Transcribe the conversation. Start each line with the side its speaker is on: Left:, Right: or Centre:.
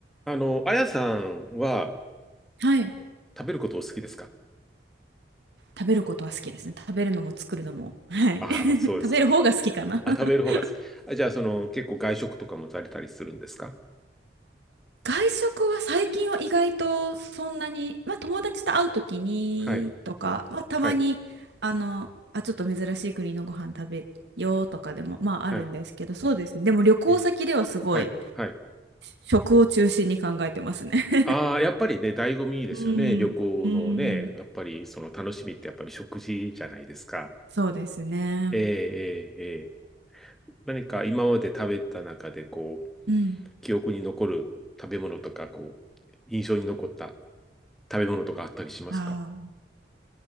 Centre: あの、あやさんは
Right: はい。
Centre: 食べることお好きですか
Right: 食べることは好きですね。食べるのも作るのも。はい。
Centre: あ
Right: <laughs>
Centre: <laughs> あ、そうですか。
Right: 食べる方が好きかな。
Centre: あ、
Right: <laughs>
Centre: 食べる方が好き。あ、じゃあ、その、結構外食とかもされたりするんですか
Right: 外食は最近は意外とそんなに、まあ友達と会うときにとか、
Centre: はい、
Right: まあたまに、
Centre: はい、
Right: あの、あ、ちょっと珍しい国のご飯食べようとかでも、まああるんですけど、
Centre: はい、
Right: そうですね。でも旅行先ではすごい
Centre: え、はい、はい。
Right: 食を中心に考えてますね。<laughs>
Centre: ああ、やっぱりね、醍醐味ですよね。
Right: うん、
Centre: 旅行のね、
Right: うん、
Centre: やっぱりその楽しみってやっぱり食事じゃないですか。
Right: <laughs> そうですね。
Centre: ええ、ええ、ええ。何か今まで食べた中で、こう、
Right: うん。
Centre: 記憶に残る食べ物とか、こう、印象に残った食べ物とかあったりしますか
Right: ああ。